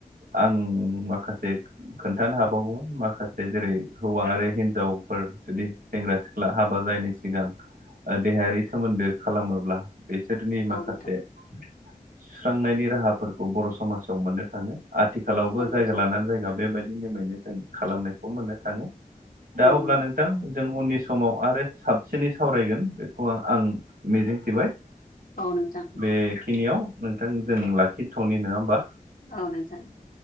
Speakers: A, on the right; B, on the left.
A: आं माखासे खोन्थानो हाबावगौमोन माखासे जेरै हौवा आरो हिन हिनजावफोर जुदि सेंग्रा सिख्ला हाबा जायैनि सिगां ओ देहायारि सोमोन्दो खालामोब्ला बिसोरनि
B: औ
A: माखासे
B: नोंथां
A: सुस्रांनायनि राहाफोरखौ बर' समाजाव मोननो थाङो। आथिखालावबो
B: औ नोंथां
A: जायगा लानानै जायगा बेबायदि <unintelligible> जों खालामनायखौ मोननो थाङो दा
B: औ नों
A: अब्ला नोंथां जों उननि समाव आरो साबसिनै सावरायगोन बेखौ आ-आं मिजिंथिबाय।
B: औ नोंथां
A: बेखिनियाव नोंथां जों लाखिथ'नि नङा होमबा?
B: औ नोंथां